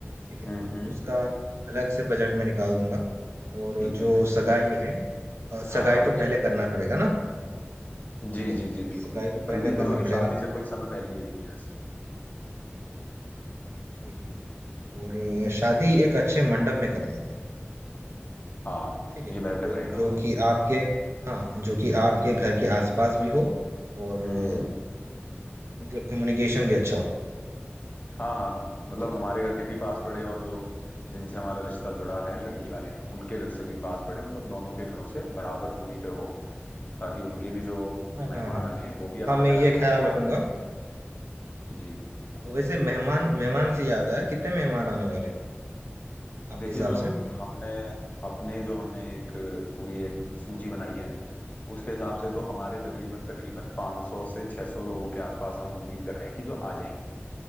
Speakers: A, on the right (about 85°); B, on the left (about 35°).
A: ठीक है
B: हम्म हम्म
A: उसका अलग से बजट में निकाल दूंगा और
B: ठीक है
A: जो
B: सोचो
A: सगाई है अ, सगाई
B: हाँ
A: तो पहले करना पड़ेगा ना
B: जी
A: ठीक है
B: जी जी ठीक है बिल्कुल
A: सगाई तो पहले
B: हल्दी तो
A: करना
B: वैसा
A: पड़ेगा
B: शादी से कुछ समय पहले ही होगी जस्ट
A: ठीक है और अ, शादी एक अच्छे मंडप में कर देते हैं
B: हाँ
A: ठीक है
B: ये बेहतर
A: जो
B: रहेगा
A: जो कि आपके हाँ जो कि आपके घर के आसपास भी हो और
B: हम्म
A: अ,
B: हम्म
A: मतलब कम्युनिकेशन भी अच्छा हो
B: हाँ हाँ हाँ मतलब
A: ठीक
B: हमारे
A: है
B: घर के भी पास पड़े और जो जिनसे हमारा रिश्ता जुड़ा है लड़की वाले हैं उनके घर से भी पास पड़े मतलब दोनों के घरों से बराबर दूरी पे हो ताकि उनके भी जो
A: हाँ हाँ
B: मेहमान
A: हाँ
B: आने हैं वो भी आराम
A: हाँ मैं
B: से
A: ये
B: आ जाए
A: ख्याल
B: और हमारे
A: रखूंगा
B: जी
A: वैसे मेहमान मेहमान से याद आया कितने मेहमान आने वाले हैं आपके
B: देखिए
A: हिसाब
B: जो
A: से
B: हमने अपने जो हमने एक पूरी एक सूची बनाई है उसके हिसाब से तो हमारे तकरीबन तकरीबन 500 से 600 लोगों के आसपास हम उम्मीद कर रहे हैं कि जो आ जाएंगे